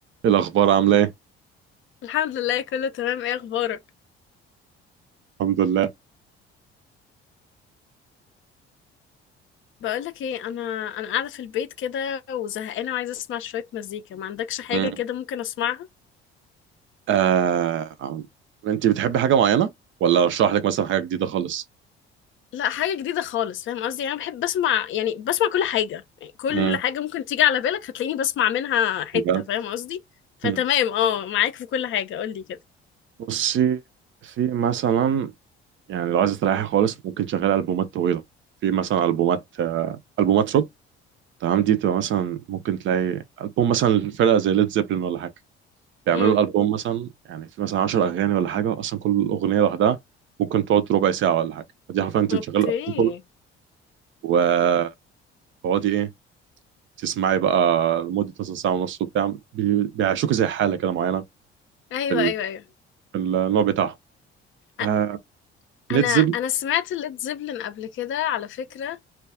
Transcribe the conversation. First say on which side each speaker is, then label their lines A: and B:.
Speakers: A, on the right; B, on the left.
A: الأخبار عاملة إيه؟
B: الحمد لله كله تمام ايه اخبارك
A: الحمد لله
B: بقولك ايه انا انا قاعده في البيت كده وزهقانه وعايزه اسمع شويه مزيكا ما عندكش حاجه
A: مم.
B: كده ممكن اسمعها
A: آه... أنت بتحبي حاجة معينة؟ ولا أشرح لك مثلا حاجة جديدة خالص؟
B: لا حاجه جديده خالص فاهم قصدي انا بحب بسمع يعني بسمع كل حاجه يعني كل
A: مم.
B: حاجه ممكن تيجي على بالك هتلاقيني بسمع منها حته
A: بجد؟
B: فاهم قصدي فتمام
A: مم.
B: اه معاك في كل حاجه قولي كده
A: بصي في مثلا يعني لو عايزة تريحي خالص ممكن تشغلي ألبومات طويلة في مثلا ألبومات آه، ألبومات روك تمام دي بتبقى مثلا ممكن تلاقي ألبوم مثلا الفرقة زي ليد زيبلين ولا حاجة بيعملوا
B: امم
A: الألبوم مثلا يعني في مثلا 10 أغاني ولا حاجة أصلا كل أغنية لوحدها ممكن تقعد ربع ساعة ولا حاجة فدي حرفيا أنت
B: اوكي
A: بتشغلي الألبوم كله و تقعدي ايه تسمعي بقى لمدة مثلا ساعة ونص وبتاع بي- بيعيشوك زي حالة كده معينة
B: ايوه
A: في ال-
B: ايوه ايوه
A: في النوع بتاعهم آه
B: أ-
A: ليد
B: انا
A: زيبلين
B: انا سمعت الليد زيبلin قبل كده على فكره